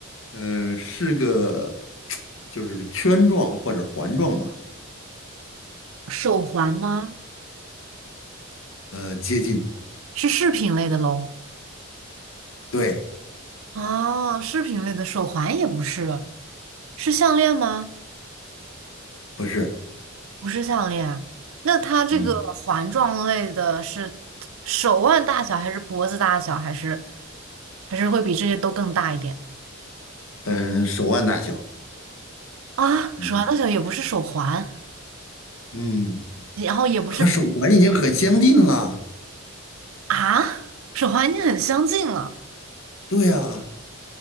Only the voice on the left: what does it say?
呃，是个就是圈状或者环状吧，
呃，接近，
对，
不是，
嗯
嗯，手腕大小，
嗯
嗯，
和手环已经很相近了。
对呀，